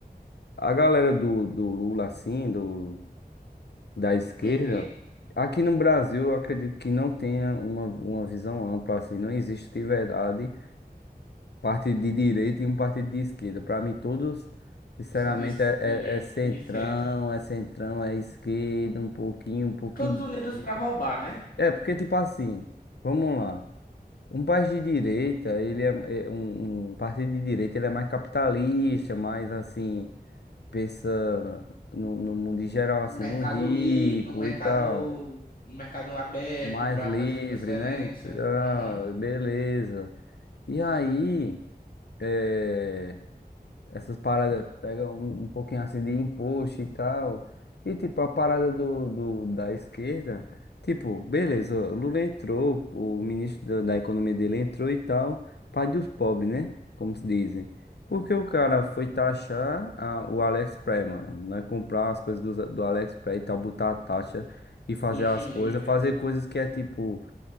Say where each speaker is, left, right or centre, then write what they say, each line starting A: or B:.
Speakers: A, on the left; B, on the left.
A: a galera do, do Lula, assim, do, da esquerda,
B: PT
A: aqui no Brasil, eu acredito que não tenha uma, uma visão ampla, assim, não existe de verdade partido de direita e um partido de esquerda. Pra mim, todos, sinceramente,
B: são de
A: é,
B: direita,
A: é, é centrão,
B: de centro.
A: é centrão, é esquerda, um pouquinho, um pouquinho.
B: Todos
A: de
B: unidos
A: direita.
B: pra roubar, né?
A: É, porque tipo assim, vamos lá. Um país de direita, ele é, é um, um partido de direita, ele é mais capitalista, mais assim, pensa no, no mundo em geral, assim,
B: Mercado
A: no rico
B: livre, no mercado,
A: e tal,
B: no mercado aberto
A: mais
B: pra
A: livre,
B: fazer transferência.
A: né? e tal,
B: Aham.
A: beleza. E aí, é, essas paradas pegam um, um pouquinho assim de imposto e tal. E tipo, a parada do, do- da esquerda, tipo, beleza, o Lula entrou, o ministro da, da economia dele entrou e tal, pai dos pobres, né? Como se dizem. Porque o cara foi taxar a- o AliExpress, mano, né? Comprar as coisas do, do AliExpress e tal, botar a taxa e fazer
B: Do chinês,
A: as coisas,
B: né?
A: fazer coisas que é tipo